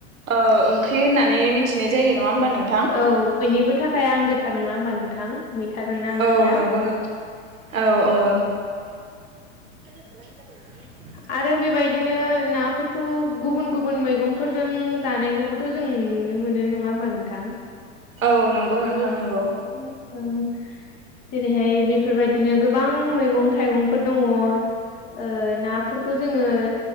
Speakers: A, on the right; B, on the left.
A: ओ ओंख्रि होननानै मिथिनाय जायो नङा होमबा नोंथां।
B: औ बयनिबो थाखाय आंगो थार नङा होमबा नोंथां? मैथाजोंना ओंख्रिया
A: औ नोंगौ नोंथां औ औ। खालामनाय जाबाय <unintelligible>
B: आरो बेबायदिनो ना फोरखौ गुबुन गुबुन मैगंफोरजों जानायखौबोथ जों नुनो मोनो नङा होमबा नोंथां?
A: औ
B: <unintelligible>
A: नंगौ नोंथां नंगौ
B: जेरैहाय बेफोरबायदिनो गोबां मैगं थाइगंफोर दङ ओ ना। फोरखौ जोङो